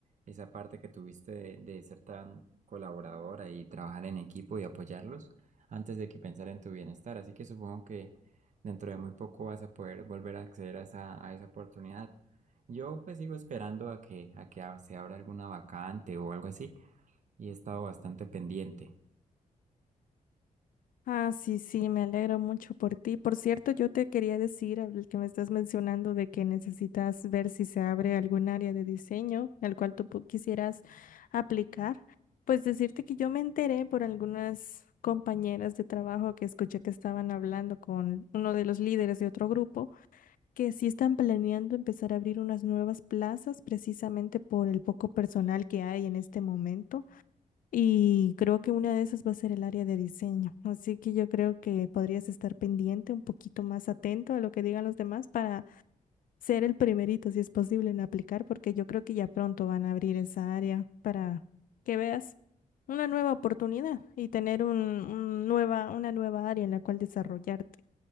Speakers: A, on the right (about 60°); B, on the left (about 75°).
A: esa parte que tuviste de, de ser tan colaboradora y trabajar en equipo y apoyarlos antes de que pensar en tu bienestar, así que supongo que dentro de muy poco vas a poder volver a acceder a esa, a esa oportunidad. Yo pues sigo esperando a que, a que a- se abra alguna vacante o algo así y he estado bastante pendiente,
B: Ah, sí, sí, me alegro mucho por ti. Por cierto, yo te quería decir, al que me estás mencionando, de que necesitas ver si se abre algún área de diseño al cual tú pu- quisieras aplicar. Pues decirte que yo me enteré por algunas compañeras de trabajo que escuché que estaban hablando con uno de los líderes de otro grupo que sí están planeando empezar a abrir unas nuevas plazas precisamente por el poco personal que hay en este momento y creo que una de esas va a ser el área de diseño. Así que yo creo que podrías estar pendiente, un poquito más atento a lo que digan los demás para ser el primerito, si es posible, en aplicar, porque yo creo que ya pronto van a abrir esa área para que veas una nueva oportunidad y tener un, un nueva, una nueva área en la cual desarrollarte.